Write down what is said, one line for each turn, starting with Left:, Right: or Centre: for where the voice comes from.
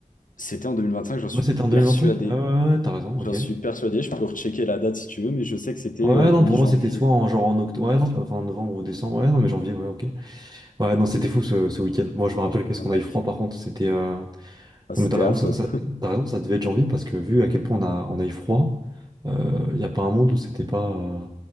Left: C'était en 2025, j'en suis
Right: Ouais, c'était en 2025.
Left: persuadé.
Right: Ouais, ouais, ouais, ouais, t'as raison.
Left: J'en
Right: Ok.
Left: suis persuadé, je peux rechecker la date si tu veux, mais je sais que c'était
Right: Ouais,
Left: euh,
Right: non,
Left: mi-janvier,
Right: pour moi, c'était soit en, genre en octobre. Ouais, non, enfin, en novembre ou décembre. Ouais, non, mais janvier, ouais, ok. Ouais, non, c'était fou ce, ce week-end. Moi, je me rappelle qu'est-ce
Left: un
Right: qu'on
Left: mec.
Right: a eu froid, par contre. C'était, euh,
Left: Enfin,
Right: Non mais
Left: c'était
Right: t'as raison,
Left: affreux.
Right: ça, ça- t'as raison, ça devait être janvier parce que vu à quel point on a, on a eu froid, il n'y a pas un monde où c'était pas... euh,